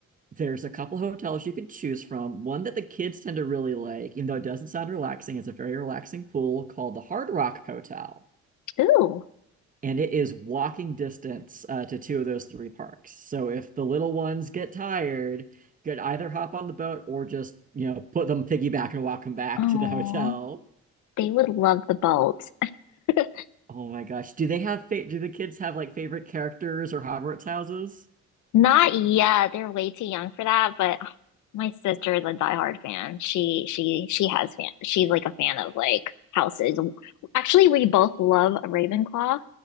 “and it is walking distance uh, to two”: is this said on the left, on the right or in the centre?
Right